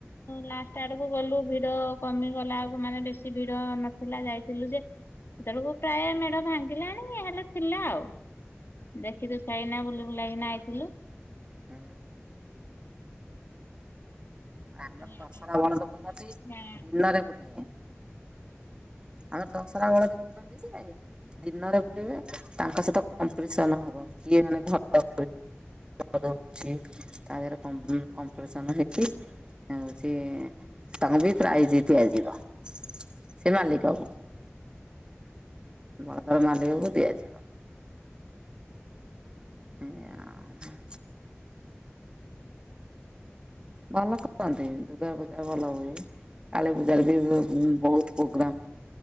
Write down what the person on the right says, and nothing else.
ହୁଁ। ଆମର
ଦଶହରା
ବଳଦ ବୁଲନ୍ତି
ଦିନରେ ବୁଲିବେ ଆମର ଦଶହରା ବେଳକୁ ବୁଲୁଛନ୍ତି ଯେ ଦିନରେ ବୁଲିବେ ତାଙ୍କ ସହିତ କମ୍ପିଟିସନ ହବ। କିଏ ମାନେ ଘଟ ତା ଦେହରେ କମ୍ପ୍ କମ୍ପିଟିସନ୍ ହେଇକି ଏମିତି ତାଙ୍କୁ ବି ପ୍ରାଇଜ ଦିଆଯିବ ସେ ମାଲିକ <unintelligible> ମାଲିକକୁ ଦିଆଯିବ। ଏଇଆ ଆଉ। ଭଲ କରନ୍ତି, ଦୁର୍ଗା ପୂଜା ଭଲ ହୁଏ। କାଳୀ ପୂଜାରେ ବି ହୁଏ ବହୁତ ପ୍ରୋଗ୍ରାମ।